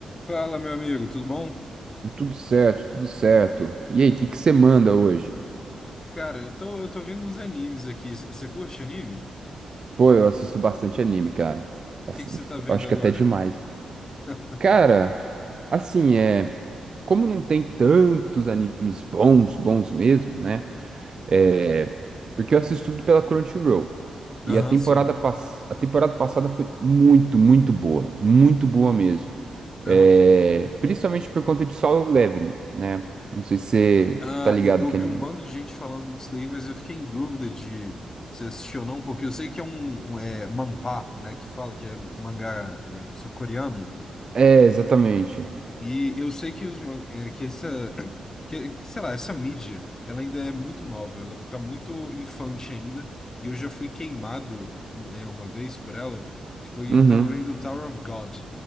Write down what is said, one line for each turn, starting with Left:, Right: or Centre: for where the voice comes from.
Left: Fala, meu amigo, tudo bom?
Right: Tudo certo, tudo certo. E aí, o que que você manda hoje?
Left: Cara, eu tô, eu tô vendo uns animes aqui. Você curte anime? O
Right: Pô, eu assisto bastante anime, cara. Bast-
Left: que que você tá vendo
Right: Acho
Left: agora?
Right: que até demais.
Left: <laughs>
Right: Cara, assim, é. Como não tem tantos animes bons, bons mesmo, né? É. Porque eu assisto tudo pela Crunchyroll. E
Left: Aham,
Right: a temporada,
Left: sim.
Right: pass... a temporada passada foi muito, muito boa. Muito boa mesmo. É...
Left: Aham.
Right: Principalmente por conta de Solo Leveling, né? Não sei se você
Left: Ah,
Right: tá ligado
Left: eu, eu
Right: que
Left: vi
Right: é anime.
Left: um bando de gente falando disso daí, mas eu fiquei em dúvida de se assistiu ou não, porque eu sei que é um, um, é, manhwa, né, que fala que é mangá é, isso é coreano,
Right: É, exatamente.
Left: E eu sei que os man- eh, que essa <clears throat> que, sei lá, essa mídia, ela ainda é muito nova, ela tá muito infante ainda, e eu já fui queimado eh, uma vez por ela, que foi eu
Right: Uhum.
Left: tava vendo Tower of God.